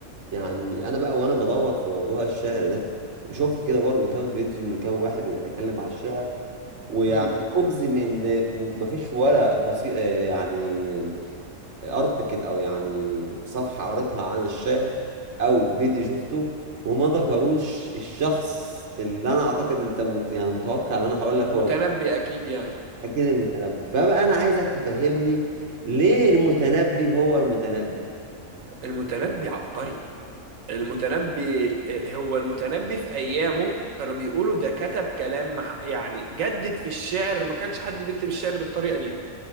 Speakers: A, on the right; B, on the right.
A: يعني انا بقى وانا بدور في موضوع الشعر ده وشفت كده برضو كام فيديو لكام واحد بيتكلم على الشعر ويعني
B: مم.
A: اجزم ان مفيش ولا قصي... آه يعني ارتكل او يعني صفحة قريتها عن الشعر او فيديو شفته وما ذكروش الشخص اللي انا اعتقد انت مت... يعني متوقع ان انا هقول لك
B: متنبي
A: هو
B: أكيد يعني
A: اكيد المتنبي فبقى انا عايزك تفهمني ليه المتنبي هو المتنبي
B: المتنبي عبقري المتنبي هو المتنبي في أيامه كانوا بيقولوا ده كتب كلام مح... يعني جدد في الشعر ما كانش حد بيكتب الشعر بالطريقة دي